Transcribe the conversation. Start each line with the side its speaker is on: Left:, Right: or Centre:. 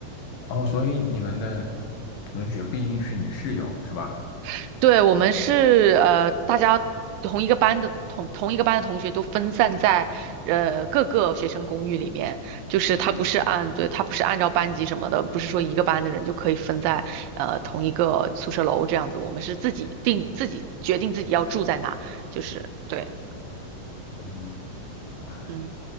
Left: 哦，所以你们的同学不一定是你的室友，是吧？
Right: <laughs> 对，我们是呃，大家同一个班的同同一个班的同学都分散在呃各个学生公寓里面，就是他不是按对他不是按照班级什么的，
Left: 嗯，
Right: 不是说一个班的人就可以分在呃同一个宿舍楼这样子。我们是自己定自己决定自己要住在哪，就是对，
Left: 所以哇，
Right: 嗯。